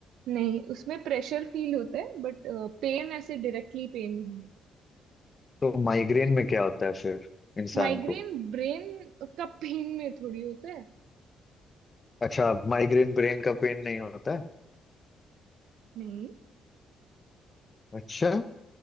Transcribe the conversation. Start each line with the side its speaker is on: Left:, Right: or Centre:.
Right: नहीं उसमें प्रेशर फील होता है बट पेन ऐसे डायरेक्टली पेन नहीं होता
Left: तो माइग्रेन में क्या होता है फिर इंसान
Right: माइग्रेन
Left: को
Right: ब्रेन का पेन में थोड़ी होता है
Left: अच्छा माइग्रेन ब्रेन का पेन नहीं होता है
Right: नहीं
Left: अच्छा